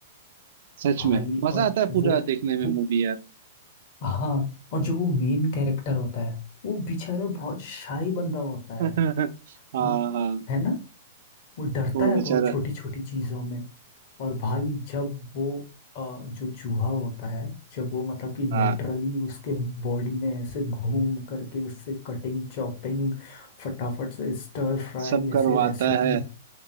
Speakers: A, on the right; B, on the left.
A: सच
B: भाई
A: में मजा
B: और
A: आता है
B: वो,
A: पूरा देखने में
B: वो
A: मूवी यार
B: हाँ और जो वो मेन कैरेक्टर होता है वो बेचारा बहुत शाही बंदा होता
A: <laughs>
B: है
A: हाँ
B: मत
A: हाँ
B: है वो डरता
A: वो
B: है
A: बेचारा
B: बहुत छोटी छोटी चीजों में और भाई जब वो अ, जो चूहा होता है जब वो मतलब कि लिटरली
A: हाँ
B: उसके बॉडी में ऐसे घूम करके उससे कटिंग चॉपिंग फटाफट से स्टर फ्राई
A: सब करवाता
B: ऐसे रेसिपी
A: है